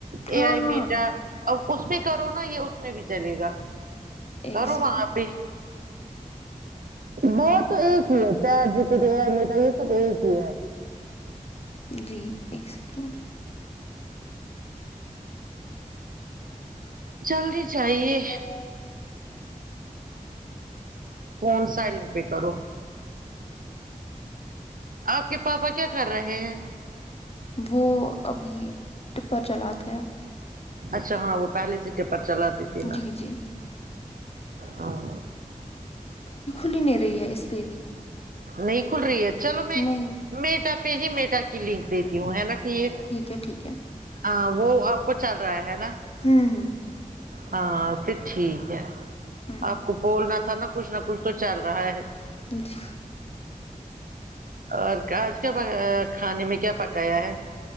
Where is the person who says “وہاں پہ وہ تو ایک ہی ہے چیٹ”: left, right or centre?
Right